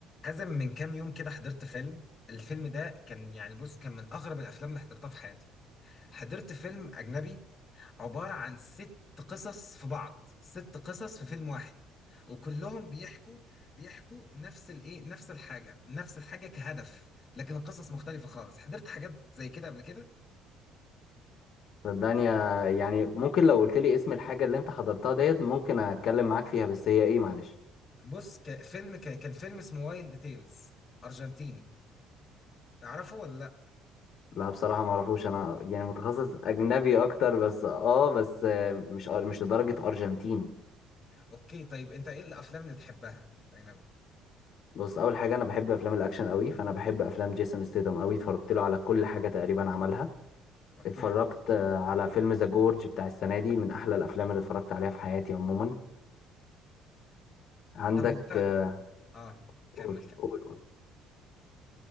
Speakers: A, on the left; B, on the left.
A: حازم من كام يوم كده حضرت فيلم الفيلم ده كان يعني بص كان من أغرب الأفلام اللي حضرتها في حياتي حضرت فيلم أجنبي عبارة عن ست قصص في بعض ست قصص في فيلم واحد وكلهم بيحكوا بيحكوا نفس الإيه نفس الحاجة نفس الحاجة كهدف لكن القصص مختلفة خالص حضرت حاجات زي كده قبل كده
B: صدقني آه، يعني ممكن لو قلت لي اسم الحاجة اللي انت حضرتها ديت ممكن اتكلم معاك فيها بس هي ايه معلش
A: بص ك- فيلم ك- كان فيلم اسمه وايلد تيلز أرجنتيني تعرفه ولا لأ؟
B: لا بصراحة ما اعرفوش انا يعني متخصص اجنبي اكتر بس اه بس آه، مش أر- مش لدرجة ارجنتين
A: أوكي طيب أنت إيه الأفلام اللي بتحبها الأجنبي؟
B: بص اول حاجة انا بحب افلام الاكشن قوي فانا بحب افلام جيسون ستيدم قوي اتفرجت له على كل حاجة تقريبا عملها
A: أوكي
B: اتفرجت آه، على فيلم ذا جورج بتاع السنة دي من احلى الافلام اللي اتفرجت عليها في حياتي عموما عندك
A: طب
B: آه،
A: اه كمل
B: قول
A: كمل
B: قول قول